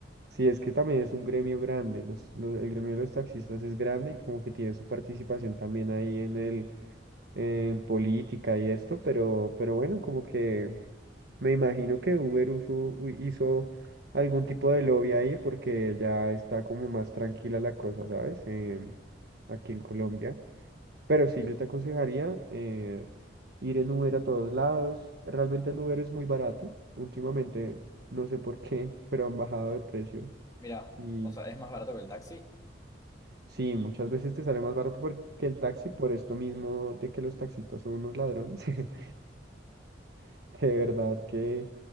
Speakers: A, on the right; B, on the left.
A: sí, es que también es un gremio grande, los, lo- el gremio de los taxistas es grande y como que tiene su participación también ahí en el en política y esto, pero, pero bueno, como que me imagino que Uber uso- u- hizo algún tipo de lobby ahí porque ya está como más tranquila la cosa, ¿sabes? Em, aquí en Colombia. Pero sí, yo te aconsejaría eh, ir en Uber a todos lados. Realmente el Uber es muy barato. Últimamente, no sé por qué, <laughs> pero han bajado de precio.
B: Mira,
A: Y
B: o sea, es más barato que el taxi.
A: sí, muchas veces te sale más barato por- que el taxi por esto mismo de que los taxistas son unos ladrones. <laughs> <laughs> De verdad que,